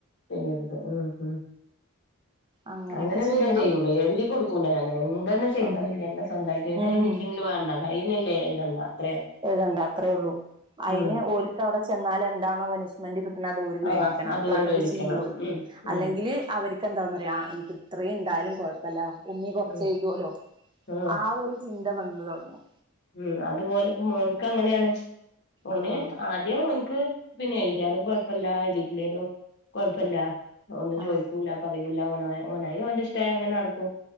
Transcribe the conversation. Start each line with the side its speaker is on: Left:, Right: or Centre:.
Left: ചെയ്യരുതെ ഉം ഉം
Right: അങ്ങനെയൊക്കെ
Left: അങ്ങനൊന്നും
Right: ചെയ്യണം
Left: ഞാൻ ചെയ്യൂല്ല എഴുതി കൊടുക്കൂല ഞാൻ എന്തെന്ന ചെയ്താലും
Right: ഉം
Left: എന്റെ സ്വന്തായിട്ട് ഇത്
Right: ഉം
Left: എഴുതിട്ടല്ലെങ്കിലെ വേണ്ട കയിന്നില്ലേ എഴുതണ്ട അത്രേ
Right: എഴുതണ്ട അത്രേ ഉള്ളു അതിന്
Left: ഉം
Right: ഓൾക്ക് അവിടെ ചെന്നാലെന്താണോ പണിഷ്മെന്റ് കിട്ടണ അതോര് മേടിക്കണം
Left: ആഹ് അതൊരു
Right: അപ്പളാണത്
Left: മേടിക്കണം
Right: ചെയ്യുള്ളൂ
Left: ഉം ഉം
Right: അല്ലെങ്കിലെ അവർക്ക് എന്താന്നറയാ എനിക്ക് ഇത്രയും ഇ ണ്ടായാലും കൊഴപ്പില്ല <unintelligible> കുറച്ചു
Left: ഉം
Right: എഴുതുലോ
Left: ആഹ്
Right: ആ ഒരു <unintelligible> <unintelligible> വന്നു തുടങ്ങും
Left: ഉം അ <unintelligible> ഇപ്പോ മോൻക്ക് അങ്ങനെയാണ് <unintelligible>
Right: ആ
Left: ആദ്യം <unintelligible> പിന്നെ എഴുതിയാലും കുഴപ്പല്ല എഴുതിയിട്ടില്ലേലും കുഴപ്പല്ല ഒന്നും
Right: ആ
Left: ചോദിക്കൂല പറയൂല ഓനായി ഓന്റെ ഇഷ്ടായി അങ്ങനെ നടക്കും